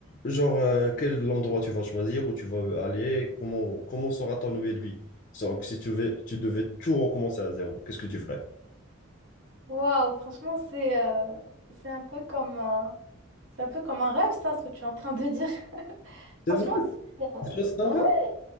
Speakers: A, on the left; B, on the right.
A: genre, euh, quel endroit tu vas choisir, où tu vas aller, comment, comment sera ta nouvelle vie? Donc, si tu veux, tu devais tout recommencer à zéro, qu'est-ce que tu ferais?
B: Waouh, franchement, c'est euh, c'est un peu comme euh, c'est un peu comme un rêve, ça, ce que tu es en train de dire. <laughs>
A: C'est
B: Franchement,
A: vrai,
B: c'est, euh,
A: c'est un
B: ouais,
A: rêve.